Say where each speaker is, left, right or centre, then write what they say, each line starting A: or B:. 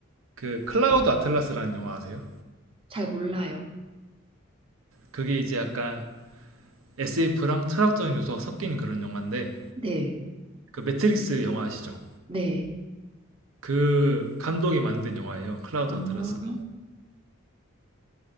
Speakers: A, on the right; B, on the right.
A: 그 클라우드 아틀라스라는 영화 아세요?
B: 잘 몰라요.
A: 그게 이제 약간 SF랑 철학적인 요소가 섞인 그런 영화인데
B: 네.
A: 그 매트릭스 영화 아시죠?
B: 네.
A: 그 감독이 만든 영화예요. 클라우드
B: 아,
A: 아틀라스가.